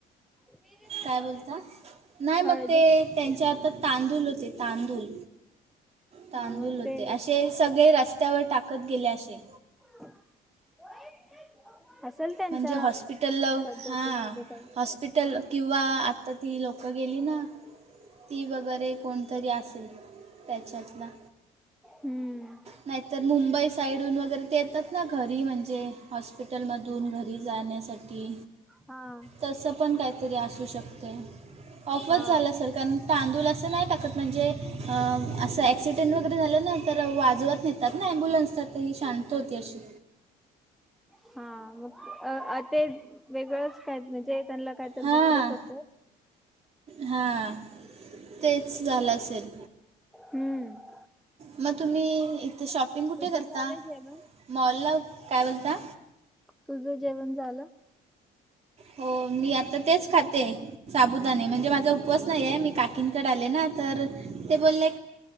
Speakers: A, in the centre; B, on the right (about 40°).
A: <unintelligible>
B: काय बोलता नाही मग
A: हळदी
B: ते
A: कुंकू
B: त्यांच्या हातात, तांदूल होते तांदूल तांदूल
A: हा मग
B: होते
A: ते
B: असे, सगळे रस्त्यावर टाकत गेले असे
A: हां व्हाईट धिसं असेल त्यांच्या
B: म्हणजे हॉस्पिटलला
A: पद्धतीमध्ये
B: हां
A: कांहीं
B: हॉस्पिटल किंवा हां आंता ती लोकं गेली नां ती वगैरें कोणंतरी असेल त्यांच्यांत नां
A: हम्म.
B: नाहींतरं मुंबई साईडूंन वगैरें ते येतांत ना घरी म्हणजे हॉस्पिटलमध्यें दूंर घरी जाण्यांसाठी
A: हां.
B: तसं पणं कांहींतरी असूं शकतंय ऑफचं
A: हा
B: झाल्यांसारखं कारणं तांदूल असं नाहीं टाकतं म्हणजे असं ॲक्सिडेंट वगैरें झालं नां तरं वाजवतं ने तांत ना अॲँबुलन्स तरी ही शांत होती अशी
A: हां मंग अं अं ते वेगळंच कायं तरी त्यांना कायं तरं
B: हां
A: दुसरंच असतं.
B: हां तेचं झालं असेल
A: हम्मं
B: मंग तुंम्ही इथे शॉपिंग कुठे
A: तुझं
B: करतां
A: झालं जेवण?
B: मॉलला कायं बोलतां?
A: तुझं जेवणं झालं?
B: हो मी आंता तेचं खांते आहे साबुदाणे म्हणजे माझां उपवांस नाहीं आहे मी काकींकडे आले नां तरं ते बोलले